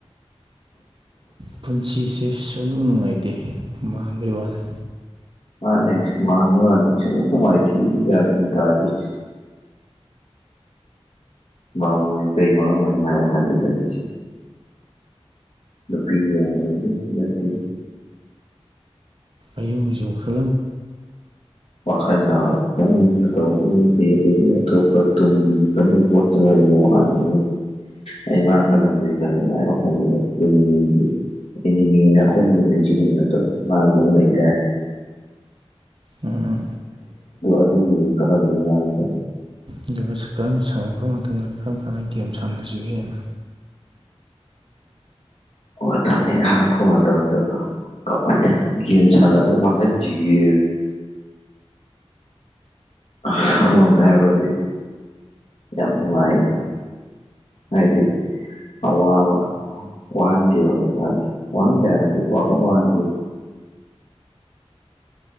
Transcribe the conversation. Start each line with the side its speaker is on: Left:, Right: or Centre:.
Right: ꯄꯨꯟꯁꯤꯁꯦ ꯁꯨꯡꯅꯨꯡ ꯅꯨꯡꯉꯥꯏꯇꯦ ꯃꯥꯟꯕꯒꯤ ꯋꯥꯅꯤ
Left: ꯃꯥꯅꯦ ꯃꯥꯅꯤ ꯃꯥꯅꯦ ꯁ ꯁꯃꯥꯏꯇ ꯌꯥꯔ ꯗꯗꯤ ꯃꯥꯕꯨ ꯀꯩ ꯃꯔ ꯃꯅꯤ ꯃꯥ ꯋꯥ ꯈꯥꯟꯕꯤ ꯇꯁꯤꯦ ꯅꯨꯗꯨꯄꯤꯒꯤ
Right: ꯑꯌꯨꯡꯖꯧ ꯈꯣ
Left: ꯋꯥꯈꯜꯅꯟꯕ ꯇꯧꯕ ꯃꯤ ꯑꯗꯒꯤ ꯑꯇꯣꯞꯄ ꯇꯨꯡꯕꯤ ꯐꯣ ꯋꯥꯅꯤ ꯑꯩ ꯃꯥ ꯀꯗꯗꯗꯤ ꯀꯔꯤꯉꯥꯏ ꯋꯥꯈꯟꯒꯤ ꯑꯦꯅꯤꯃꯦꯅ ꯑꯩꯈꯣꯏꯅ ꯌꯦꯡꯅꯩ ꯁꯤꯒꯨꯝꯕ ꯅꯠꯇꯕ ꯃꯥꯒꯤ ꯑꯃ ꯂꯩꯈ꯭ꯔꯦ
Right: ꯎꯝ ꯎꯝ
Left: ꯑꯗꯨꯒꯤ ꯀꯗꯥ ꯂꯩꯣ ꯍꯥꯏꯒ
Right: ꯑꯗꯨꯒ ꯁ ꯀꯔꯝ ꯁꯥꯟꯉꯛꯄ ꯃꯇꯝꯗ ꯀꯔꯝ ꯀꯔꯝꯕ ꯒꯦꯝ ꯁꯥꯟꯅꯁꯤꯒꯦꯅ
Left: ꯄ ꯃꯇꯝꯗ ꯀꯃꯥꯏꯅ ꯒꯦꯝ ꯁꯥꯟꯅꯔꯒ ꯃꯥꯡꯍꯟꯁꯤꯒꯦ ꯑ ꯒꯕꯗꯤ ꯌꯥꯝꯉꯥꯏ ꯍꯥꯏꯗꯤ ꯑ ꯋꯥ ꯋꯥꯍꯟꯗꯤ ꯋꯥꯍꯟꯗ ꯑꯗꯨ ꯋꯥꯈ ꯋꯥꯍ